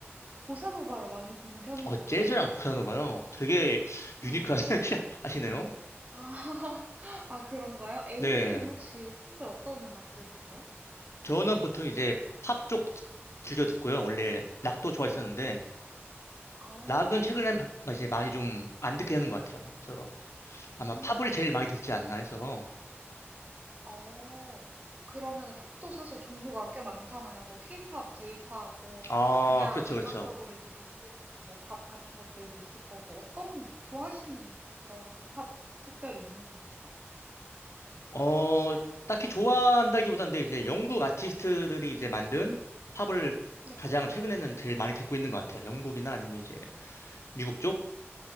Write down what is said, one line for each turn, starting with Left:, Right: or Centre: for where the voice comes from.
Right: 보사노바를 많이 듣는 편인
Left: 어,
Right: 것 같아요.
Left: 재즈랑 보사노바요. 되게
Right: 네.
Left: 유니크한 <laughs> 하시네요.
Right: 아, <laughs> 아, 그런가요? A님은
Left: 네.
Right: 혹시 평소에 어떤 음악 들으세요?
Left: 저는 보통 이제 팝 쪽 즐겨 듣고요. 원래 락도 좋아했었는데,
Right: 아,
Left: 락은 최근엔 바- 이제 많이 좀 안 듣게 되는 것 같아요. 그래서 아마
Right: 음,
Left: 팝을 제일 많이 듣지 않나 해서.
Right: 어, 그러면 팝도 사실 종류가 꽤 많잖아요. 뭐, 케이팝, 제이팝, 뭐,
Left: 아,
Right: 그냥
Left: 그렇죠,
Right: 일반적으로
Left: 그렇죠.
Right: 이제 미국 뭐, 팝 같은 것들도 있을 거고, 어떤 좋아하시는 그런 팝 특별히 있는 건가요?
Left: 어, 딱히 좋아한다기보단 데 이제 영국 아티스트들이 이제 만든 팝을
Right: 네.
Left: 가장 최근에는 제일 많이 듣고 있는 것 같아요. 영국이나 아니면 이제 미국 쪽?